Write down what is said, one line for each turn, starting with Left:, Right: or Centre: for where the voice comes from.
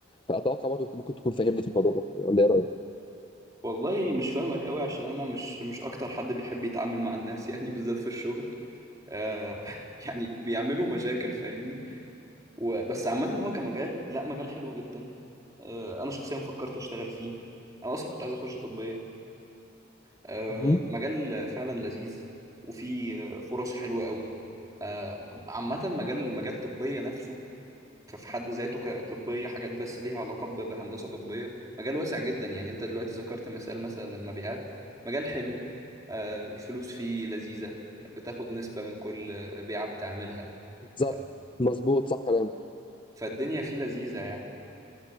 Left: فأتوقع برضه أنت ممكن تكون فاهمني في الموضوع ده ولا إيه رأيك؟
Right: والله مش فاهمك قوي عشان انا مش مش اكتر حد بيحب يتعامل مع الناس <laughs> يعني بالذات في الشغل آه <laughs> يعني بيعملوا مشاكل فاهمني وبس عامة هو كمجال لا مجال حلو جدا آه انا شخصيا فكرت اشتغل فيه انا اصلا كنت عايز اخش طبية آه
Left: <laughs> مهم.
Right: مجال فعلا لذيذ وفيه آه، فرص حلوة قوي آه عامة مجال مجال طبية نفسه ففي حد ذاته كطبية حاجات بس ليها علاقة ب- بهندسة طبية مجال واسع جدا يعني انت دلوقتي ذكرت مثال مثلا المبيعات مجال حلو آه، الفلوس فيه لذيذة بتاخد نسبة من كل آه، بيعة بتعملها
Left: بالظبط
Right: آه،
Left: مظبوط صح كلامك
Right: فالدنيا فيه لذيذة يعني